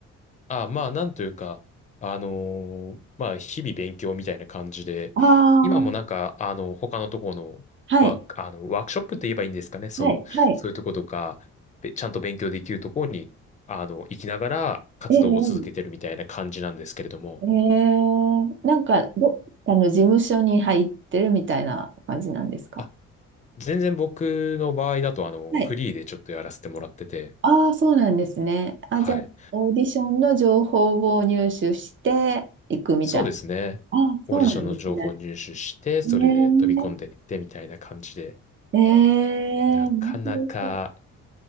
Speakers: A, on the left; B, on the right.
A: あ、まあ、なんというか、あのーまあ、日々勉強みたいな感じで、
B: ああ、
A: 今もなんか、あの、他のところのワーク、
B: はい、
A: あの、ワークショップって言えばいいんですかね、その、
B: はい、はい。
A: そういうところとか、べちゃんと勉強できるところに、あの、行きながら活動を続けてるみたいな感じなんですけれども、
B: えー、えー、なんかどっかの事務所に入ってるみたいな感じなんですか
A: あ、全然僕の場合だと、あの、
B: はい。
A: フリーでちょっとやらせてもらってて、
B: ああ、そうなんですね。あ、
A: はい。
B: じゃあ、オーディションの情報を入手していくみたい。
A: そうですね。
B: ああ、
A: オーディションの情報を入手して、
B: そうなんですね。ね
A: それで飛び込んでいってみたいな感じで、
B: え、ええ、
A: なかなか、
B: 面白い。